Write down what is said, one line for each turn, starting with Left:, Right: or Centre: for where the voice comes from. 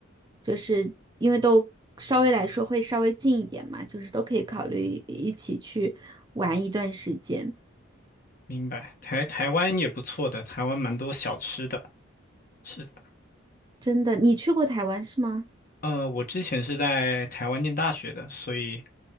Right: 就是因为都稍微来说会稍微近一点嘛，就是都可以考虑一起去玩一段时间。
Left: 明白。台台湾也不错的，台湾蛮多小吃的。是的，
Right: 真的，你去过台湾是吗？
Left: 呃，我之前是在台湾念大学的，所以